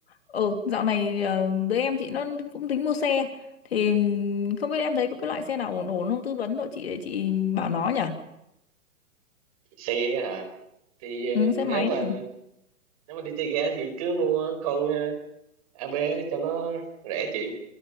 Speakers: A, on the left; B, on the right.
A: Ừ, dạo này ờ, đứa em chị nó cũng tính mua xe thì ừm, không biết em thấy có cái loại xe nào ổn ổn không tư vấn cho chị để chị bảo nó nhỉ.
B: Xe hả? Thì ờ,
A: Ừ,
B: nếu
A: xe máy
B: mà
A: này.
B: nếu mà đi chơi ga thì cứ mua con ờ, AB cho nó rẻ chị